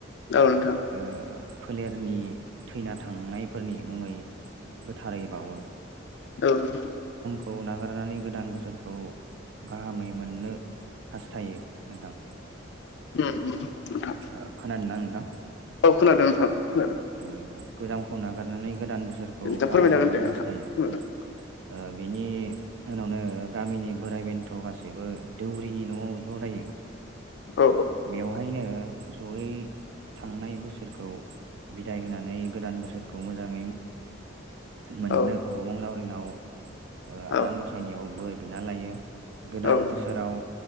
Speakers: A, on the left; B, on the right.
A: औ नोंथां।
B: ओ फोलेरनि थैना थांनायफोरनि मुङै गोथारै बाउवो
A: औ नोंथां।
B: खौ नागारनानै गोदान बोसोरखौ गाहामै मोननो हास्थायो नोंथां
A: उम नोंथां
B: ओ खोनादों ना नोंथां?
A: औ खोनादों नोंथां खोनादों।
B: उम गोजामखौ नागारनानै गोदान बोसोरखौ
A: नोंथां फोरमायनो
B: गाहामै
A: हागोन
B: मोननो
A: दे नोंथां
B: हास्थायो
A: खोनादों
B: उम ओ बेनि <unintelligible> उनावनो गामिनि बोराइ बेन्थ' गासैबो दौरिनि न'आव ज' जायो।
A: औ
B: बेवहायनो जयै थांनाय बोसोरखौ बिदाय होनानै गोदान बोसोरखौ मोजाङै मो मोननो
A: औ
B: अबं लावरिनाव ओ
A: औ
B: आनान गसाइनियाव बोर बिना लायो। गोदान
A: औ
B: बोसोराव